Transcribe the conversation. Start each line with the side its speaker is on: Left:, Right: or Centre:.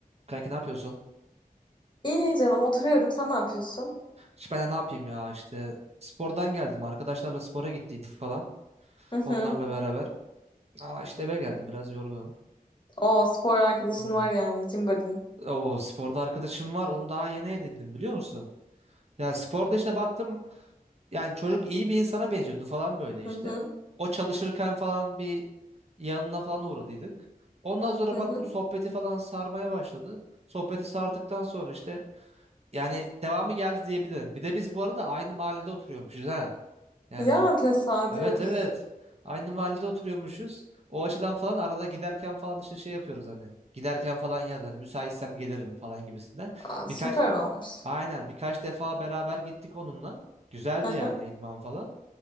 Right: Kanki ne yapıyorsun?
Left: İyi canım oturuyorum. Sen ne yapıyorsun?
Right: İşte ben de ne yapayım ya işte spordan geldim. Arkadaşlarla spora gittiydik falan.
Left: Hı hı.
Right: Onlarla beraber. Aa işte eve geldim biraz yorgunum.
Left: O spor arkadaşın
Right: Hmm.
Left: var yani Cimbadin.
Right: O sporda arkadaşım var. Onu daha yeni edindim biliyor musun? Ya sporda işte baktım yani çocuk iyi bir insana benziyordu falan böyle
Left: Hı
Right: işte.
Left: hı.
Right: O çalışırken falan bir yanına falan uğradıydık. Ondan sonra
Left: Hı hı.
Right: baktım sohbeti falan sarmaya başladı. Sohbeti sardıktan sonra işte yani devamı geldi diyebilirim. Bir de biz bu arada aynı mahallede oturuyormuşuz ha. Yani
Left: Ya tesadüf.
Right: Evet evet. Aynı mahallede oturuyormuşuz. O açıdan falan arada giderken falan işte şey yapıyoruz hani. Giderken falan yaz hani müsaitsem gelirim falan gibisinden.
Left: Aa,
Right: Birkaç
Left: süper olmuş.
Right: aynen birkaç defa beraber gittik onunla. Güzeldi
Left: Hı hı.
Right: yani idman falan.